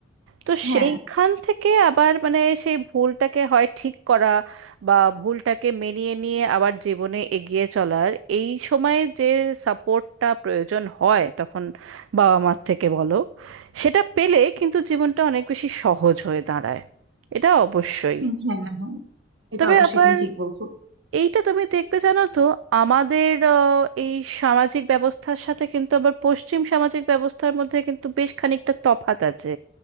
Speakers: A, on the right (about 85°); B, on the right (about 70°).
A: তো
B: হ্যাঁ
A: সেইখান থেকে আবার মানে সেই ভুলটাকে হয় ঠিক করা বা ভুলটাকে মেনিয়ে নিয়ে আবার জীবনে এগিয়ে চলার এই সময় যে সাপোর্টটা প্রয়োজন হয় তখন বাবা মার থেকে বলো সেটা পেলে কিন্তু জীবনটা অনেক বেশি সহজ হয়ে দাঁড়ায় এটা অবশ্যই
B: হ্যাঁ হ্যাঁ এটা
A: তবে
B: অবশ্যই
A: আবার
B: তুমি ঠিক বলছো
A: এইটা তুমি দেখবে জানো তো আমাদের আহ, এই সামাজিক ব্যবস্থার সাথে কিন্তু আবার পশ্চিম সামাজিক ব্যবস্থার মধ্যে কিন্তু বেশ খানিকটা তফাত আছে